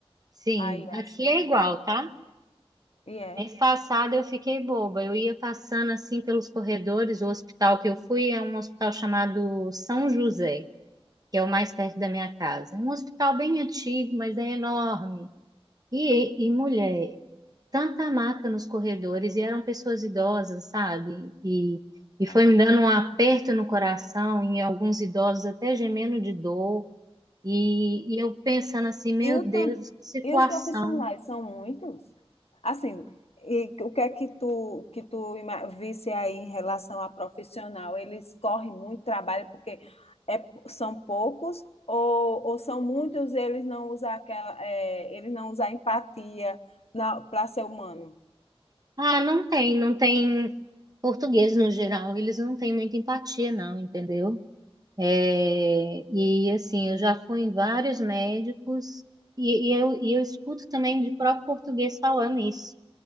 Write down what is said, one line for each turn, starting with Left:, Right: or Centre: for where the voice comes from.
Right: Sim,
Left: Aí é
Right: aqui
Left: assim,
Right: é igual, tá?
Left: e é.
Right: Mês passado eu fiquei boba. Eu ia passando assim pelos corredores. O hospital que eu fui é um hospital chamado São José, que é o mais perto da minha casa. É um hospital bem antigo, mas é enorme. E, e mulher, tanta maca nos corredores, e eram pessoas idosas, sabe? E, e foi
Left: Ai,
Right: me dando um aperto no coração, em alguns idosos até gemendo de dor. E, e eu pensando assim, meu
Left: E, o
Right: Deus,
Left: tan-
Right: que situação.
Left: e os profissionais são muitos? Assim, e o que é que tu, que tu ima- visse aí em relação a profissional? Eles correm muito trabalho porque é, são poucos ou, ou são muitos e eles não usam aquela, é, eles não usam empatia para ser humano?
Right: Ah, não tem, não tem português no geral, eles não têm muita empatia, não, entendeu? É, e assim, eu já fui em vários médicos e, e eu, e eu escuto também de próprio português falando isso